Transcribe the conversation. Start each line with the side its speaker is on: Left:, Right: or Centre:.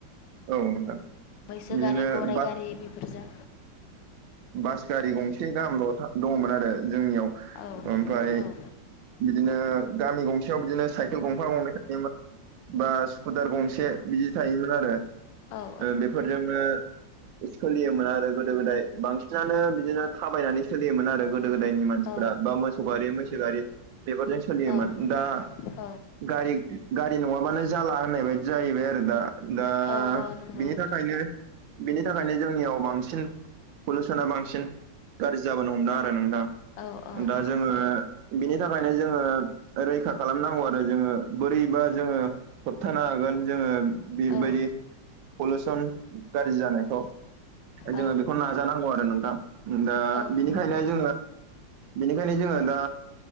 Right: औ नोंथां
Left: मैसो
Right: बिदिनो
Left: गारि गराइ
Right: बास
Left: गारि बेफोरजों
Right: बास गारि गंसे गाहामल' दङमोन आरो जोंनियाव
Left: औ
Right: ओमफ्राय
Left: औ
Right: बिदिनो गामि गंसेयाव बिदिनो साइकेल गंफा गंनै थायोमाोन बा स्कुटार
Left: औ
Right: गंसे बिदि थायोमोन आरो
Left: औ
Right: बेफोरजोंनो सोलियोमोन आरो गोदो गोदाय बांसिनानो बिदिनो थाबायनानै सोलियोमोन आरो गोदो गोदायनि मानसिफ्रा
Left: औ
Right: बा मोसौ गारि मैसो गारि बेफोरजों सोलियोमोन
Left: औ
Right: दा
Left: औ
Right: गारि गारि नङाबानो जाला होननाय बायदि जाहैबाय आरो दा दा
Left: औ औ नंगौ
Right: बिनि थाखायनो बिनि थाखायनो जोंनियाव बांसिन पलिउसना बांसिन गाज्रि जाबोनो हमदों आरो नोंथां।
Left: औ औ
Right: दा बिनि थाखायनो जोङो रैखा खालामनांगौ आरो जोङो बोरैबा जोङो। होबथानो हागोन जोङो बेबायदि
Left: औ
Right: पलिउसन गाज्रि जानायखौ जोङो
Left: औ
Right: बेखौ नाजानांगौ आरो नोंथां दा
Left: औ नंगौ
Right: बेनिखायनो
Left: नोंथां
Right: जोङो बेनिखायनो जोङो दा